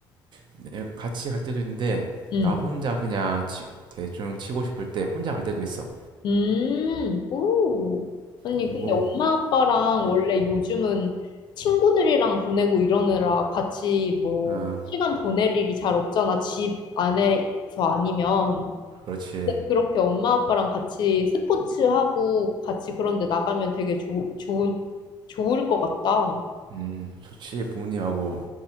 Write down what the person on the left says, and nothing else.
응,
음, 오. 아니,
근데 엄마, 아빠랑
원래 요즘은 친구들이랑 보내고 이러느라 같이 뭐,
시간 보낼 일이 잘 없잖아. 집 안에서 아니면.
근데 그렇게 엄마, 아빠랑 같이 스포츠하고 같이 그런데 나가면 되게 좋 좋은, 좋을 것 같다.